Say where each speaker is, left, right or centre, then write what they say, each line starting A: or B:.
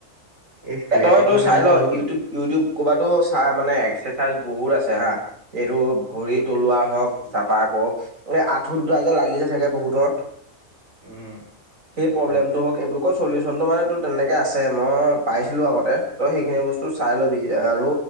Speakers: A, on the right; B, on the right.
A: এই
B: <unintelligible>
A: ফ্লেটত
B: এইটো
A: মানে
B: চাই
A: মোৰ
B: ল'?
A: ধ
B: ইউটিউব ইউটিউব, ক'ৰবাতো চাই মানে, এক্সাৰচাইজ বহুত আছে, হা। এইটো, ভৰি তলোৱাৰ হওঁক। তাৰপৰা আকৌ, এ, আঁঠু দুটা যে, লাগি যে থাকে, বহুতৰ।
A: উম
B: সেই, প্ৰব্লেমটো
A: হয়
B: হওঁক, এইবোৰ <unintelligible> চলিউচন চলিউচনটো মানে, তোৰ তেনেকে আছে। মই পাইছিলোঁ, আগতে। ত' সেইখিনি বস্তু, চাই ল'বি আৰু?